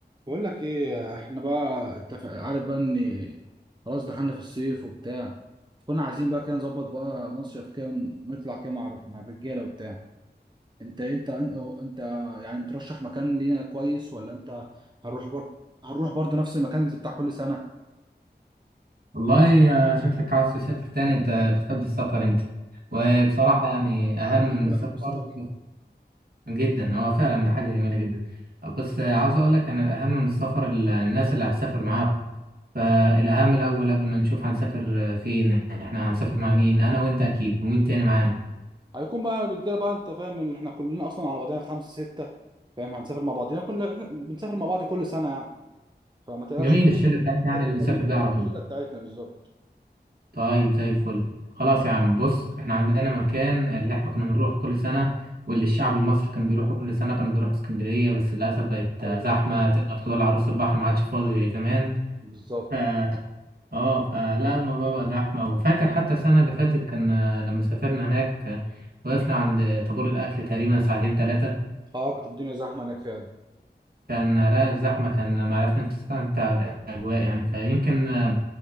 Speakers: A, on the right; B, on the right.
A: بقول لك ايه احنا بقى اتفق عارف بقى ان خلاص دخلنا في الصيف وبتاع كنا عايزين بقى كده نظبط بقى مصيف كده نطلع كده مع مع الرجاله وبتاع انت انت انت يعني بترشح مكان لينا كويس ولا انت هنروح بر... هنروح برضه نفس المكان اللي بتاع كل سنه
B: والله آه، شكلك عاوز تسافر تاني انت بتحب السفر انت وبصراحة
A: أكيد.
B: يعني
A: انت
B: اهم
A: عارف
B: من
A: ان انا
B: السفر
A: بحب السفر جدا
B: جدا هو فعلا ده حاجة جميلة جدا بس آه، عاوز اقول لك انا الاهم من السفر ال- الناس اللي هتسافر معاهم فالاهم الاول قبل ما نشوف هنسافر آه، فين احنا هنسافر مع مين انا وانت اكيد ومين تاني معانا
A: هيكون بقى الرجاله بقى انت فاهم ان احنا كلنا اصلا على بعضنا خمسه سته فاهم هنسافر مع بعضنا كلنا احنا بنسافر مع بعض كل سنه يعني فما تقلقش
B: جميل
A: مش
B: الشلة بتاعتنا يعني
A: حد
B: اللي بنسافر
A: غريب
B: بيها
A: انا
B: على
A: هو الشله
B: طول
A: بتاعتنا بالظبط
B: طيب زي الفل خلاص يا عم بص احنا عندنا مكان اللي احنا كنا بنروحه كل سنة واللي الشعب المصري كان بيروحه كل سنة كانوا بيروحوا اسكندرية بس للأسف بقت
A: ايوه
B: آه، زحمة تقدر تقول عروس البحر ما عادش فاضي زي زمان
A: بالظبط
B: ف... اه فلا الموضوع بقى زحمة وفاكر حتى السنة اللي فاتت كان آه، لما سافرنا هناك آه، وقفنا عند طابور الأكل تقريبا ساعتين ثلاثة
A: اه كانت الدنيا زحمه هناك فعلا
B: كان آه، لا الزحمة كان ما عرفناش نستمتع بالأجواء يعني فيمكن آه،